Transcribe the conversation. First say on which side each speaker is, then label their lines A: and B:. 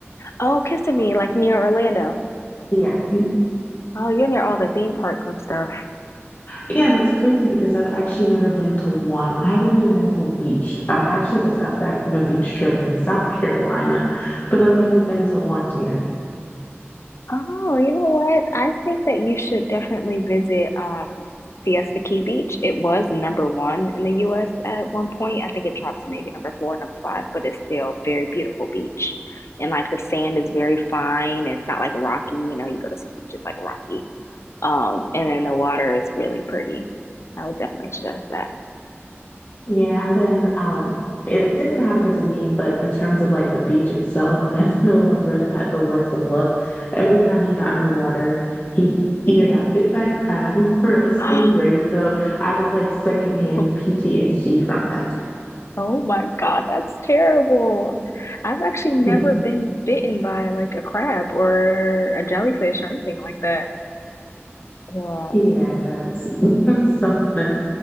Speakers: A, on the left (about 75°); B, on the left (about 45°).
A: Oh, Kissimmee, like near Orlando.
B: Yeah. Mhm.
A: Oh, you're near all the theme parks and stuff.
B: Yeah, and it's crazy because I've actually never been to one. I haven't even been to a beach. I've actually just got back from a beach trip in <laughs> South Carolina, but I've never been to one here.
A: Oh, you know what? I think that you should definitely visit um, Siesta Key Beach. It was number one in the US at one point. I think it dropped to maybe number four, number five, but it's still very beautiful beach. And like the sand is very fine. It's not like rocky. You know, you go to some beaches like rocky. Um, and then the water is really pretty. I would definitely suggest
B: Yeah, and then um it didn't happen to me, but in terms of like the beach itself, <laughs> I know my brother had the worst of luck. Every time he got in the water, he either got bit by a crab <laughs> or a stingray.
A: that.
B: So I got like secondhand
A: <laughs> <gasps>
B: PTSD from that.
A: Oh my God, that's terrible. I've actually never
B: <laughs>
A: been bitten by like a crab or a jellyfish or anything like that. Yeah.
B: Yeah, that's, <laughs> that's something.